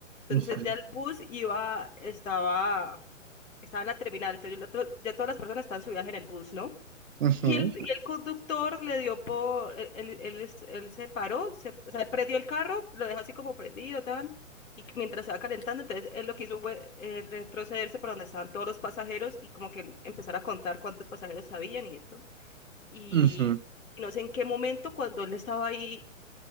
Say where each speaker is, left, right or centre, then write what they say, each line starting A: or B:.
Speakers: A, on the left; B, on the right.
A: entonces
B: Ujú,
A: ya el bus iba, estaba, estaba en la terminal, entonces el otro, ya todas las personas están subidas en el bus, ¿no?
B: ujú,
A: Y el, y el conductor le dio por, él, él- él es- él se paró, se, o sea, él prendió el carro, lo deja así como prendido, tan, y que mientras estaba calentando, entonces él lo que hizo fue eh, retrocederse para donde estaban todos los pasajeros y como que empezar a contar cuántos pasajeros habían y eso. Y,
B: ujú,
A: y no sé en qué momento, cuando él estaba ahí